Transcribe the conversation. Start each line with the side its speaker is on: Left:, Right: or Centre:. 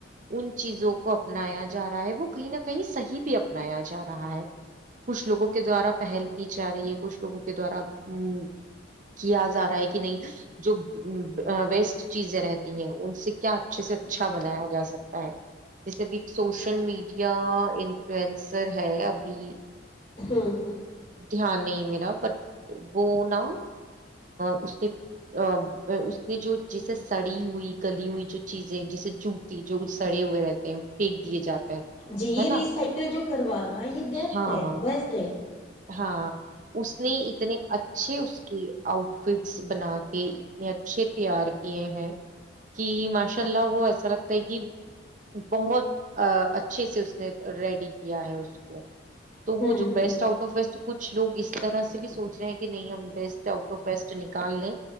Right: ان چیزوں کو اپنایا جا رہا ہے وہ کہیں نہ کہیں صحیح بھی اپنایا جا رہا ہے کچھ لوگوں کے دوارا پہل کی جا رہی ہے کچھ لوگوں کے دوارا ا کیا جا رہا ہے کہ نہیں جو ویسٹ چیزیں رہتی ہیں ان سے کیا اچھے سے اچھا بنایا جا سکتا ہے جیسے بھی سوشل میڈیا فلوینسر ہے ابھی
Left: ہوں ہوں
Right: دھیان نہیں میرا بٹ وہ نا اس اس نے جو جیسے سڑی ہوئی گلی ہوئی جو چیزیں جیسے جوتی جو سڑے ہوئے رہتے ہیں پنک دیے جاتے ہیں
Left: جی یہ
Right: ہے نا
Left: ریسائیکل جو کروا رہا ہے یہ د
Right: ہاں
Left: بسٹ <inaudible>
Right: ہاں اس نے اتنے اچھے اس کی آؤٹ فٹس بنا کے اتنے اچھے تیار کیے ہیں کہ ماشاء اللہ وہ ایسا لگتا ہے کہ بہت اچھے سے اس نے ریڈی کیا ہے اس کو تو وہ
Left: ہوں
Right: جو
Left: ہوں
Right: بیسٹ آؤٹ کچھ لوگ اس طرح سے بھی سوچ رہے ہیں کہ نہیں ہم بیسٹ آؤٹ آف وسٹ نکال لیں